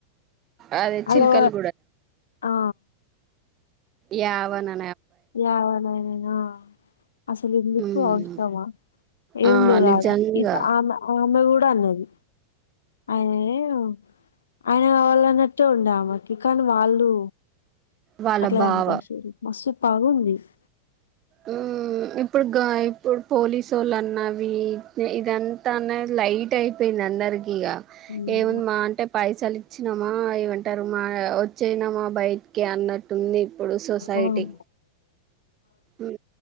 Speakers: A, on the right (about 30°); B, on the left (about 70°).
A: అదే
B: అలా
A: చిలకలు
B: ఆ
A: యా వనా,
B: ఎవ లాయను, ఆ అసలు ఎందుకు
A: ఉమ్
B: అవసరమా ఏం
A: ఆ
B: లేదు
A: నిజంగా
B: ఆడ ఇది ఆమె ఆమె కూడా, అన్నది ఆయా ఆయన కావాలన్నట్టే ఉండే ఆమెకి కానీ వాళ్ళు
A: వాళ్ళ
B: అట్ల
A: బావ
B: సంపేసిర్రు మస్తు పాగు స్
A: ఊ ఇప్పుడుగ ఇప్పుడు పోలీస్ సోలన్నవి ఇదంతా అనే లైట్ అయిపోయింది అందరికి ఇగ
B: ఉమ్
A: ఏముఉంది మా అంటే పైసలు వచ్చినమా ఏమంటారు మా వచ్చేనామా బయటికి అన్నట్టు ఉంటుంది ఇప్పుడు సొసైటీ
B: అవును
A: ఉ